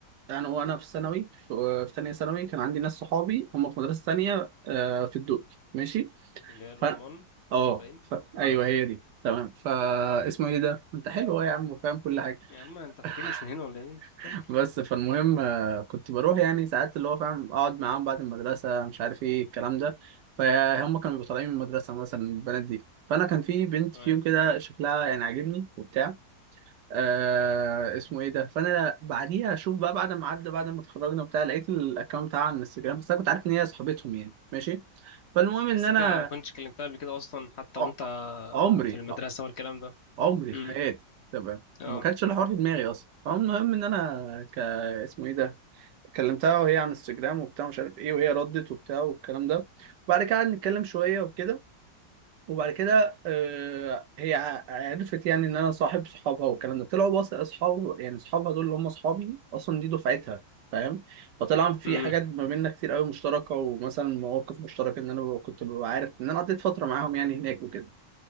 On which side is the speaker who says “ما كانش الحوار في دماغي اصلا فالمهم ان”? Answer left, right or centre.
Right